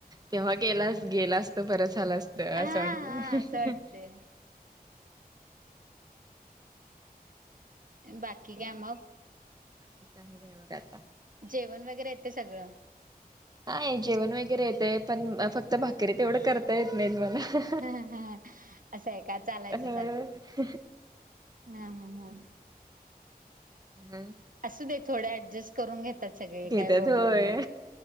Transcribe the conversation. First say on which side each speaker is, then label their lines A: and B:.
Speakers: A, on the right; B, on the right.
A: तेव्हा, गेला गेला असत परत झाला असत असं
B: हा
A: वाटत.
B: हा असं वाटते बाकी काय मग
A: बाकी काही नाही बघा आता
B: जेवण वगैरे येत ते सगळं.
A: हा जेवण वगैरे येते पण फक्त भाकरी तेवढं करता येत नाहीत मला
B: हा हा असं का चालायचं
A: अ
B: हा ह ह.
A: हम्.
B: असू दे थोडे ऍडजस्ट करून घेतात सगळे
A: घेत्यात
B: काही प्रॉब्लेम
A: होय.
B: नाही